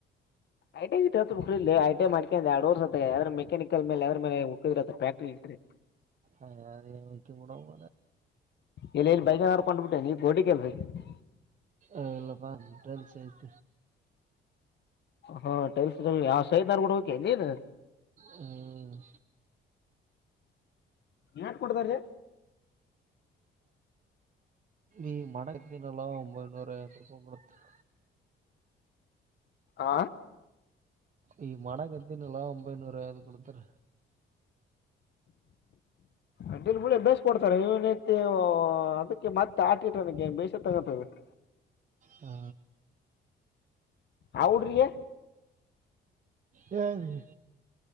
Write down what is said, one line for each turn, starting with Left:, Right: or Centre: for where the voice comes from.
Left: ಐಟ್ಯ ಗಿಟ್ಯಾ ಹಚ್ಚಬೇಕಿಲ್ಲೆ ಐಟ್ಯ ಮಾಡ್ಕ್ಯಾಂಡ್ ಎರಡ್ ವರ್ಷ. ತ ಯಾದ್ರ ಮೆಕ್ಯಾನಿಕಲ್ ಮೇಲದ್ರ ಮೇಲೆ ಹೊಕ್ಕಿರ್ ಆತ್ ಫ್ಯಾಕ್ಟರಿ ಗಿಟ್ರೀ.
Right: ಹಾ ಅದೇನ್ ಹೊಕ್ಕಿ ಬಿಡೋ ಮಾರಾಯ.
Left: ಇಲ್ಲ ಇಲ್ಲ ಬೈಗನ್ಕೊಂಡ್ಬಿಟ್ಟೆ ನೀ <unintelligible>
Right: ಏ ಇಲ್ಲಪ್ಪ ಮುಟ್ಟಲ್ ಸೈತ.
Left: ಹಾ ಟೈಲ್ಸ್ಗಳ ಯಾ ಸೈದನಾರ್ ಬುಡಬೇಕ್ ಎನ್ ನೀನ.
Right: ಹ್ಮ್
Left: ಯಾನ್ ಕೊಡ್ತಾರಿ.
Right: ಈಗ ಮಾಡತಿನಲ್ಲೂ ಒಂಬೈನೂರ ಐವತ್ ರೂಪಾಯಿ ಕೊಡ್ತಾರ.
Left: ಹ
Right: ಈಗ್ ಮಾಡಗತಿನಲ್ಲೊ ಒಂಬೈನೂರ ಐವತ್ ಕೊಡ್ತಾರ.
Left: ಅಡ್ಡಿ ಇಲ್ ಬುಳೆ ಬೇಸಿ ಕೊಡ್ತಾರೆ ಇವನ್ <unintelligible> ಅದಕ್ ಕೆ ಮತ್ತ ಆಟ ಇಟ್ ಅನಕೆ ಬೇಷ ತಗಂತರ ಬಿಡ್.
Right: ಹಾ
Left: ಆ ಹುಡ್ರಿಗೆ.
Right: ಯಾರ್ಗಿ